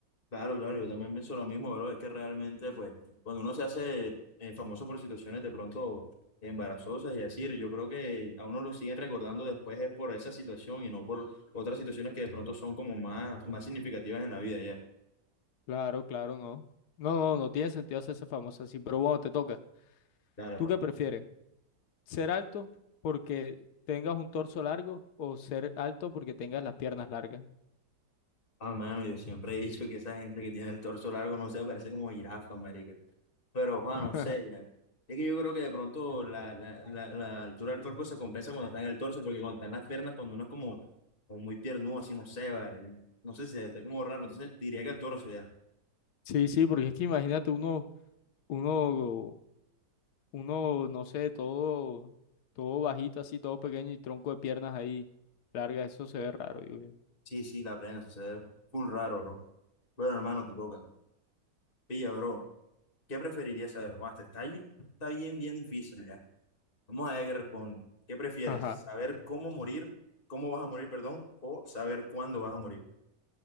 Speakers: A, on the left; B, on the left.
A: Claro, claro, yo también pienso lo mismo, bro. Es que realmente, pues, cuando uno se hace eh, famoso por situaciones de pronto embarazosas y así, yo creo que a uno lo siguen recordando después es por esa situación y no por otras situaciones que de pronto son como más, más significativas en la vida, ya.
B: Claro, claro, no. No, no, no tiene sentido hacerse famoso así, pero bueno, te toca.
A: Claro
B: ¿Tú
A: pues.
B: qué prefieres? ¿Ser alto porque tengas un torso largo o ser alto porque tengas las piernas largas?
A: Ah, mano, yo siempre he dicho que esa gente que tiene el torso largo, no sé, parece como jirafa, marica. Pero, Juan,
B: <laughs>
A: no sé, ya. Es que yo creo que de pronto la, la, la, la altura del cuerpo se compensa cuando está en el torso, porque cuando está en las piernas, cuando uno es como, como muy piernudo, así, no sé, vale. No sé si está como raro, entonces diría que el torso, ya.
B: Sí, sí, porque es que imagínate uno, uno Uno, no sé, todo, todo bajito, así, todo pequeño y tronco de piernas ahí largas, eso se ve raro, digo yo
A: Sí, sí, la plena, sucede full raro, bro. Bueno, hermano, te toca. Pilla, bro, ¿qué preferirías saber? Juan, esta está, ahí- está bien, bien difícil, ya. Vamos a ver qué responde. ¿Qué prefieres?
B: Ajá.
A: ¿Saber cómo morir, cómo vas a morir, perdón, o saber cuándo vas a morir?